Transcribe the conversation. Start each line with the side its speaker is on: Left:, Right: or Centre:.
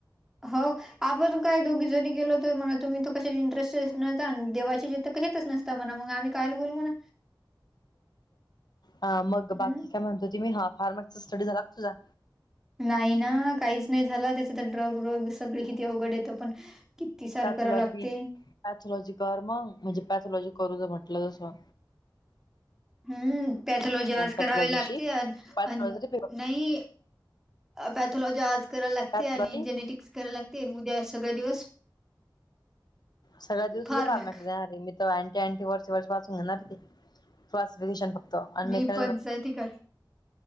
Centre: हो आपण काय दोघी जणी गेलो तर म्हणा तुम्ही तो कशा इंटरेस्ट न देवाचे तर कशातच नसता म्हणा मग आम्ही काहायला बोलू म्हणा.
Left: मग
Centre: हम्म
Left: बाकी काय म्हणतो ते मी ह फार्मक्स स्टडी झाला तुझा?
Centre: नाही ना काहीच नाही झाला त्याच्या तर ड्रग वग सगळे किती अवघड येतं पण सारं
Left: पॅथॉलॉजी
Centre: कराव लागते
Left: पॅथॉलॉजी कर मग म्हणजे पॅथॉलॉजी करू म्हटलं जसं.
Centre: हम्म पॅथॉलॉजी आज
Left: पॅथॉलॉजीशी
Centre: करावी लागते अंन
Left: पॅथॉलॉजी
Centre: अंन नई. पॅथॉलॉजी आज कराला लागते
Left: पॅथॉलॉजी
Centre: आणि जेनेटिक्स करायला लागते उद्या सगळ दिवस
Left: सगळ्या दिवस
Centre: फार्मॅक
Left: थोडे पार मकल्यारे मी तो आण्टी आण्टी वाचून घेणारश ती तो आसंल विशाल बगतो अनलेक.
Centre: मी पंचायतीकडे